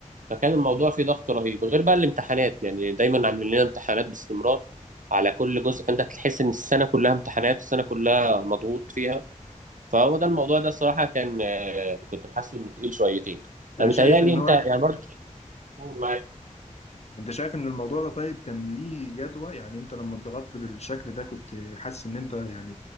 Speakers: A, on the right (about 80°); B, on the left (about 55°).
A: فكان الموضوع فيه ضغط رهيب غير بقى الامتحانات يعني دايما عاملين لنا امتحانات باستمرار على كل جزء فأنت تحس إن السنة كلها امتحانات السنة كلها مضغوط فيها فهو ده الموضوع ده الصراحه كان آه، كنت حاسه انه تقيل شويتين
B: انت
A: انا
B: شايف
A: متهيألي
B: ان
A: انت
B: هو
A: يعني برضه قول معايا
B: انت شايف ان الموضوع ده طيب كان ليه جدوى يعني انت لما اتضغطت بالشكل ده كنت حاسس ان انت يعني